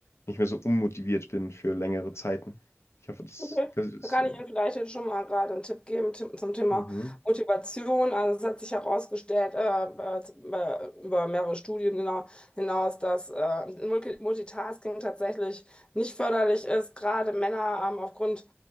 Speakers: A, on the left; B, on the left.
A: nicht mehr so unmotiviert bin für längere Zeiten. Ich hoffe, das,
B: Okay.
A: das ist.
B: Da kann ich Ihnen vielleicht jetzt schon mal gerade einen Tipp geben Tipp zum Thema
A: Mhm.
B: Motivation. Also es hat sich herausgestellt, äh, äh, z- äh, über mehrere Studien hina- hinaus, dass äh, Multi- Multitasking tatsächlich nicht förderlich ist. Gerade Männer haben aufgrund